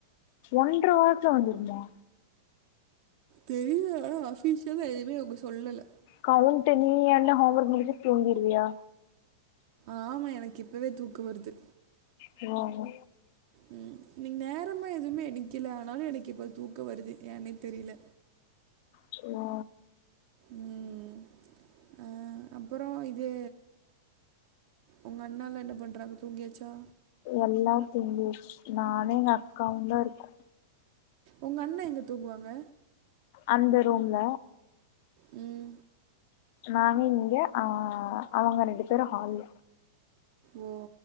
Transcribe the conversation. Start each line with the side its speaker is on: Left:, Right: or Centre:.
Left: ஒன்ற வாரத்ல வந்துடுமா
Right: தெரியிலா அஃபிஷ்யலா எதுமே அவுங்க சொல்லல
Left: கெளம்ட்ட நீ என்ன ஹோம் ஒர்க் முடிச்சிட் தூங்கிருவியா
Right: ஆமா எனக் இப்பவே தூக்க வருது
Left: யமா ஆமா
Right: ம் இன்னைக் நேரமா எதுவுமே எனைக்கல ஆனாலு எனக்கு இப்போ தூக்கம் வருது ஏன்னே தெரில
Left: அச்சோ
Right: ம் ஆ அப்புறோ இது உங்க அண்ணால என்ன பண்றாங்க தூங்கியாச்சா
Left: எல்லா தூங்கியாச் நானு எங்க அக்காவும் தா‌‌ இருக்கோ
Right: உங்க அண்ண எங்க தூங்குவாங்க
Left: அந்த ரூம்ல
Right: ம்
Left: நாங்க இங்க ஆ அவங்க ரெண்டு பேரும் ஹால்ல
Right: ஓ